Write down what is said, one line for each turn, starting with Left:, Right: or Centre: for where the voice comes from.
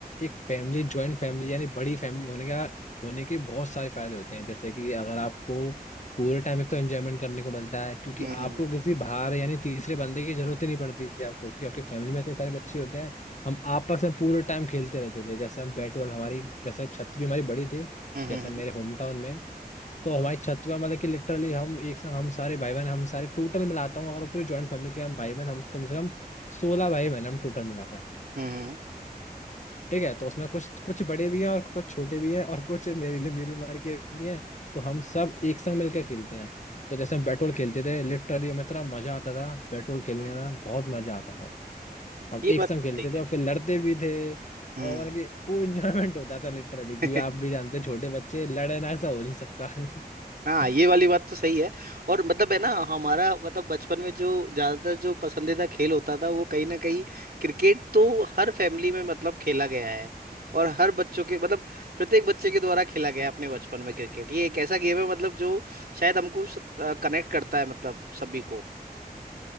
Left: एक फैमिली जॉइंट फैमिली यानी बड़ी फैमिली होने का होने के बहुत सारे फायदे होते हैं जैसे कि अगर आपको पूरे टाइम एक तो एंजॉयमेंट करने को मिलता है क्योंकि
Right: हम्म
Left: आपको किसी बाहर यानी तीसरे बंदे की जरूरत ही नहीं पड़ती है आपको क्योंकि आपकी फैमिली में इतने सारे बच्चे होते हैं हम आपस में पूरे टाइम खेलते रहते थे जैसे हम बैट बॉल हमारी जैसे छत भी हमारी बड़ी थी
Right: हम्म हम्म
Left: जैसे
Right: हम्म
Left: मेरे
Right: हम्म,
Left: होम टाउन में तो हमारी छत पे मतलब कि लिटरली हम एक साथ हम सारे भाई बहन हम सारे टोटल मिलाता हूँ अगर हम पूरी ज्वाइंट फैमिली के हम भाई बहन हम कम से कम सोलह भाई बहन हम टोटल मिलाकर
Right: हम्म, हम्म,
Left: ठीक है तो उसमें कुछ कुछ बड़े भी हैं और कुछ छोटे भी हैं और कुछ मेरे लिए मेरी उम्र के भी हैं तो हम सब एक संग मिलकर खेलते हैं तो जैसे हम पेट्रोल खेलते थे लिटरली हमें इतना मजा आता था पेट्रोल खेलने
Right: हम्म, हम्म।
Left: में बहुत मजा आता था हम
Right: ये
Left: एक
Right: बात
Left: संग खेलते
Right: सही
Left: थे
Right: है
Left: और फिर लड़ते भी थे
Right: हम्म
Left: और मतलब कि वो इंजॉयमेंट होता था लिटरली क्योंकि
Right: <laughs>
Left: आप भी जानते हैं, छोटे बच्चे लड़ना ऐसा हो नहीं सकता
Right: हाँ
Left: <laughs>
Right: ये वाली बात तो सही है और मतलब है ना हमारा मतलब बचपन में जो ज्यादातर जो पसंदीदा खेल होता था वो कहीं ना कहीं क्रिकेट तो हर फैमिली में मतलब खेला गया है और हर बच्चों के मतलब प्रत्येक बच्चे के द्वारा खेला गया है अपने बचपन में क्रिकेट ये एक ऐसा गेम है मतलब जो शायद हमको कनेक्ट करता है मतलब सभी को